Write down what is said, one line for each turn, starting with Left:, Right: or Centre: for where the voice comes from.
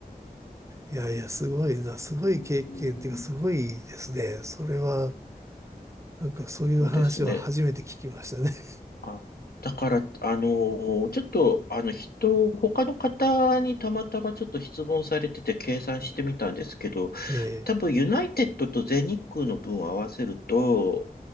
Right: いやいや、すごいな、すごい経験っていうか、
Left: うん、
Right: すごいですね。それは、なんかそういう話は初めて聞きましたね。
Left: そうですね。
Right: <laughs>
Left: あ、だから、あの、ちょっと、あの、人、他の方にたまたまちょっと質問されてて計算してみたんですけど、
Right: ええ
Left: 多分ユナイテッドと全日空の分を合わせると、